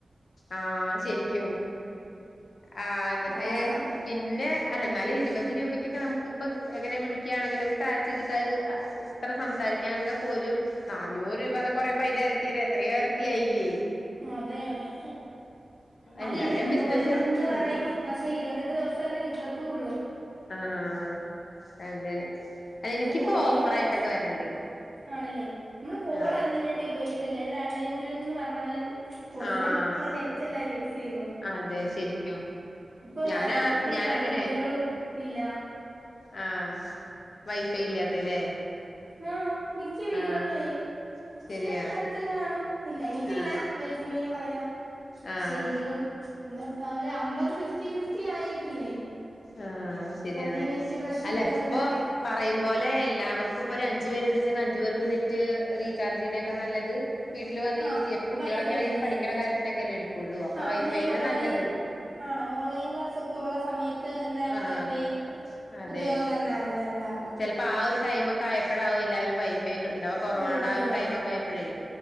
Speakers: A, on the left; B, on the right.
A: ആഹ് ശരിക്കും ആഹ് എന്നിട്ട്
B: അതാണ്
A: പിന്നെ അല്ല എന്നാലും ഇരുപത് രൂപക്കൊക്കെ നമുക്ക് ഇപ്പ എങ്ങനെ വിളിക്കുകയാണെങ്കിലും സ്ക്രാച്ച് ചെയ്തിട്ട് അ ഇത്ര സംസാരിക്കാങ്കി പോലും നാന്നൂറ് രൂപ എന്ന കൊറേ പൈ ഇരട്ടി എത്രയോ ഇരട്ടി ആയില്ലേ
B: അതെ അതെ അത്
A: എല്ലാവരും
B: ഇവര്
A: ബിസിനസ്
B: ഒരു മന്ത്
A: കണ്ടിട്ടല്ലേ
B: പറയും പക്ഷെ ഇരുപത്തെട്ട് ദിവസം എല്ലാം കിട്ടും. തൂള്ള്
A: ആഹ് അതെ അല്ല
B: നമ്മള്
A: എനിക്കിപ്പോ
B: കോൾ
A: ഓഫറായിട്ടൊക്കെ
B: അധികം
A: വരണണ്ട്
B: ആണല്ലേ നമ്മള് കോൾ
A: ആഹ്
B: അതിന് വേണ്ടി ഉപയോഗിക്കത്തിലേ- അൺലിമിറ്റഡ് എന്ന് പറഞ്ഞാലും കൂടുതലും
A: ആഹ്
B: നമ്മുടെ നെറ്റല്ല യൂസ് ചെയ്യുന്നുള്ളു
A: അതെ ശരിക്കും
B: ഇപ്പൊ
A: ഞാനാ
B: വൈഫൈ
A: ഞാനങ്ങനെ
B: ഇല്ലാത്ത വീടുകളും ഇല്ല.
A: ആഹ് വൈഫൈ ഇല്ലാത്തല്ലേ
B: ആഹ് മിക്ക വീടുകളിലും
A: ആഹ്
B: യ് കുറച്ച്
A: ശരിയാ
B: അടുത്ത് കാണും ഇല്ല എനിക്കില്ല
A: ആഹ്
B: <unintelligible> ഞാൻ പറ <unintelligible> പക്ഷെ
A: ആഹ്
B: എങ്കിലും നമ്മള്പ്പോ ഒരു അമ്പത് ഫിഫ് ഫിഫ്റ്റി ഫിഫ്റ്റി ആയിട്ടില്ലേ
A: ആഹ് ശരിയാണ്
B: കാരണം ഈ നെറ്റ് പ്രശ്നം
A: അല്ല ഇപ്പൊ
B: കൊണ്ടൊക്കെ
A: പറയും പോലെ എല്ലാവർക്കും ഇപ് ഇപ്പൊരു അഞ്ചു പേരുണ്ട്ച്ച്അഞ്ച് പേർക്കും നെറ്റ് റീചാർജ് ചെയ്യണേക്കാ നല്ലത് വീട്ടില് വന്ന്
B: ആ
A: യൂസ് ചെയ്യ ഇപ്പൊ കുട്ടികളൊക്കെ
B: വൈഫൈ
A: ആണെങ്കിലും
B: എടുക്കുന്നതായിരിക്കും
A: പഠിക്കണ കാര്യത്തിനൊക്കെ അല്ലേ എടുക്കുള്ളൂ അപ്പൊ
B: ആ
A: വൈഫൈന്നെ
B: നമ്മൾ ഈ ഓൺലൈൻ
A: നല്ലത്
B: ആണ് ഓൺലൈൻ ക്ലാസൊക്കെ ഒള്ള സമയത്ത് എന്തായാലും
A: ആഹ്
B: വൈഫൈ
A: അതെ
B: ഉപയോഗം തന്നായിരുന്നു എല്ലാർക്കും
A: ചെലപ്പോ ആ ഒരു ടൈം ഒക്കെ ആയപ്പോഴാവും എല്ലാവും വൈഫ് ക്കെ എടുത്തിണ്ടാവാ അപ്പൊ കൊറോണയുടെ
B: എടുക്കുന്നന്ന്
A: ആ ഒരു ടൈമക്ക ആയപ്പോഴേ